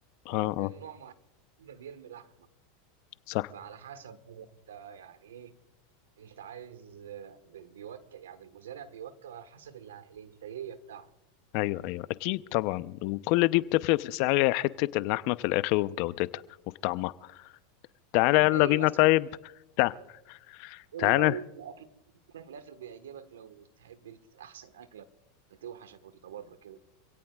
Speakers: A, on the left; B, on the right.
A: اه
B: ولو كان
A: اه
B: نوع معين بيرمي لحمه
A: صح
B: فعلى حسب هو انت يعني ايه انت عايز آه، بيوكل يعني المزارع بيوكل على حسب الع- الانتاجيه بتاعته
A: أيوه أيوه أكيد طبعا وكل دي بتفرق في سعر حتة اللحمة في الآخر وفي جودتها وفي طعمها تعالى
B: طب انت
A: يلا
B: ايه
A: بينا
B: مثلا
A: طيب تع-
B: قول
A: تعالى
B: لي بقى ايه الاكل اللي في الاخر بيعجبك لو تحب انت احسن اكله بتوحشك وانت بره كده